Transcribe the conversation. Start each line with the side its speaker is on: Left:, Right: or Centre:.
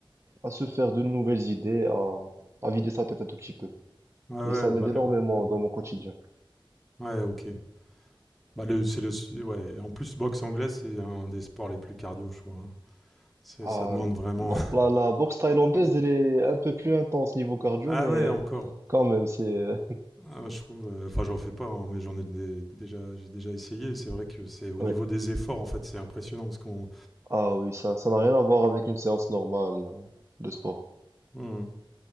Right: à se faire de nouvelles idées, à, à vider sa tête un tout petit peu.
Centre: Ouais, ouais,
Right: et ça m'aide
Centre: bah,
Right: énormément
Centre: le- hmm.
Right: dans mon quotidien.
Centre: ouais, ok. Bah, le, c'est le, c'est- ouais. En plus, boxe anglaise, c'est un des sports les plus cardio, je crois. hein. C'est-
Right: Ah,
Centre: Ça demande vraiment.
Right: bon, la, la boxe thaïlandaise,
Centre: <laughs>
Right: elle est un peu plus intense niveau cardio,
Centre: Ah
Right: mais
Centre: ouais, encore.
Right: quand même, c'est... euh,
Centre: Ah, bah, je trouve. euh, Enfin, j'en fais pas, hein, mais j'en ai dé- déjà, j'ai déjà essayé. et C'est vrai que c'est au
Right: <laughs> ouais.
Centre: niveau des efforts, en fait, c'est impressionnant parce qu'on
Right: Ah oui, ça, ça n'a rien à voir avec une séance normale euh, de sport.
Centre: Hmm.